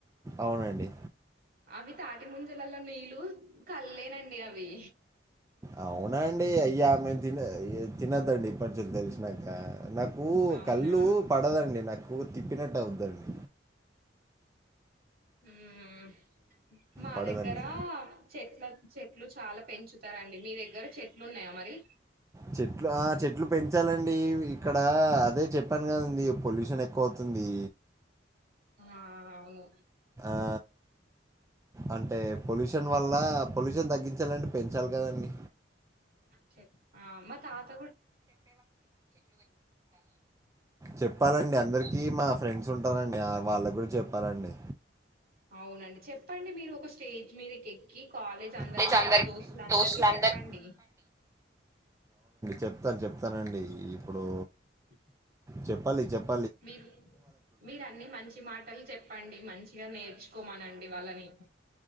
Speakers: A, on the right; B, on the right.
A: అవునండి
B: అవి తాటి ముంజలల్లో నీళ్ళు కల్లేనండి అవి
A: అవున అండి అయ్యా మేము తిన తినద్దండి ఇప్పట్ నుంచి తెలిసిన నాక నాకూ
B: అవునా
A: కళ్ళు పడదండి నాకు ఊ తిప్పినట్టవు దండి
B: హ్మ్ మా
A: పడదండి
B: దగ్గరా చెట్ల చెట్లు చాల పెంచుతారండి మీ దగ్గర చెట్లున్నాయా మరి
A: చెట్లు ఆ చెట్లు పెంచాలండి ఇక్కడ అదే చెప్పాను కదండి పొల్యూషన్ ఎక్కువ అవుతుంది
B: హా అవును
A: అ అంటే పొల్యూషన్ వల్ల పొల్యూషన్ తగ్గించాలంటే పెంచాలి కదండి
B: చె ఆ మతాత్
A: చెప్పాలండి అందర్కిీ మా ఫ్రెండ్స్ ఉంటారండి వాళ్ళ కూడ చెప్పాలండి
B: అవునండి చెప్పండి మీరు ఒక స్టేజ్ మీద కెక్కి కీ కాలేజ్ అందరికయినా
A: కాలేజ్ అందరికి
B: దోస్తుల అందరికి
A: దోస్తులందరికి
B: చెప్పండి
A: చెప్తా చెప్తా నండి ఇప్పుడూ
B: <inaudible>
A: చెప్పాలి చెప్
B: మీరు మీరు అన్ని మంచి మాటలు చెప్పండి మంచిగా నేర్చుకోమనండి మీ వాళ్ళని